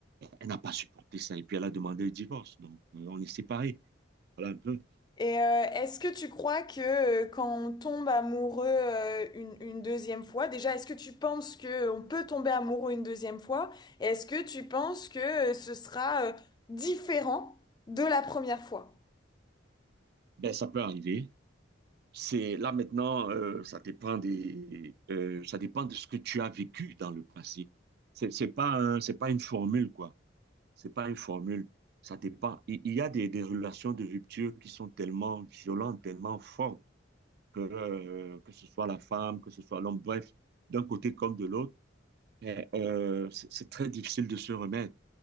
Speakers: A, on the right; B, on the left.
A: Elle n'a pas supporté ça. Et puis, elle a demandé le divorce. Donc, euh, on est séparés. Voilà un peu.
B: Et euh, est-ce que tu crois que euh, quand on tombe amoureux euh, une, une deuxième fois, déjà, est-ce que tu penses que euh, on peut tomber amoureux une deuxième fois? Et est-ce que tu penses que euh, ce sera euh, différent de la première fois?
A: Ben, ça peut arriver. C'est là maintenant, euh, ça dépend des, euh, ça dépend de ce que tu as vécu dans le passé. C'est c'est pas un- c'est pas une formule quoi. C'est pas une formule. Ça dépend. Il, il y a des, des relations de rupture qui sont tellement violentes, tellement fortes que euh, que ce soit la femme, que ce soit l'homme, bref, d'un côté comme de l'autre, eh, euh, c'est c'est très difficile de se remettre.